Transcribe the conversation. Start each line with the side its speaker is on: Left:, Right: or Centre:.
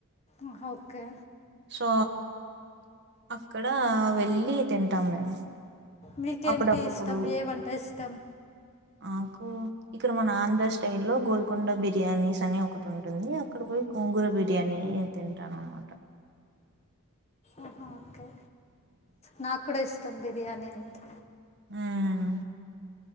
Left: ఆహ ఓకే
Right: సో అక్కడ వెళ్ళి తింటాం మేము
Left: మీకేంటి
Right: అప్పుడప్పుడు
Left: ఇష్టం ఏ వంట ఇష్టం
Right: నాకు ఇక్కడ మన ఆంధ్ర స్టైల్లో గోల్కొండ బిర్యానీసని ఒకటి ఉంటుంది అక్కడ పోయి గోంగూర బిర్యానీ నేను తింటానన్నమాట
Left: ఆహా, ఓకే నాకు కూడా ఇష్టం బిర్యానీ అంటే
Right: మ్